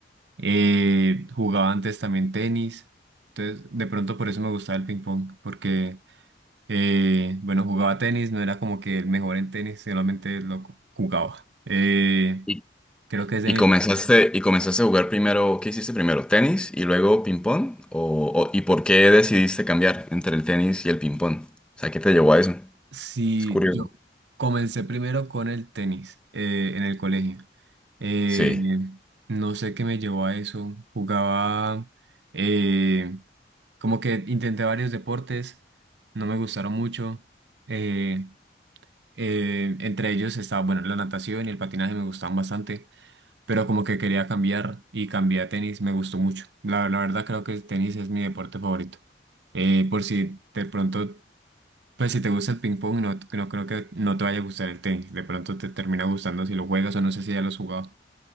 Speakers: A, on the right (about 80°); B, in the centre.
A: Eh, jugaba antes también tenis. Entonces, de pronto por eso me gustaba el ping pong, porque eh, bueno, jugaba tenis, no era como que el mejor en tenis, solamente lo cu- jugaba. Eh,
B: Y,
A: creo que es de
B: y
A: mis...
B: comenzaste, y comenzaste a jugar primero, ¿qué hiciste primero? ¿Tenis y luego ping-pong? O, o- ¿y por qué decidiste cambiar entre el tenis y el ping-pong? O sea, ¿qué te llevó a eso?
A: Sí,
B: Es curioso.
A: yo comencé primero con el tenis eh, en el colegio. Eh,
B: Sí.
A: no sé qué me llevó a eso. Jugaba, eh, como que intenté varios deportes, no me gustaron mucho. Eh, eh, entre ellos estaba, bueno, la natación y el patinaje me gustaban bastante. pero como que quería cambiar y cambié a tenis, me gustó mucho. La, la verdad creo que el tenis es mi deporte favorito. Eh, por si de pronto, pues si te gusta el ping pong, no, no creo que no te vaya a gustar el tenis. De pronto te termina gustando si lo juegas o no sé si ya lo has jugado.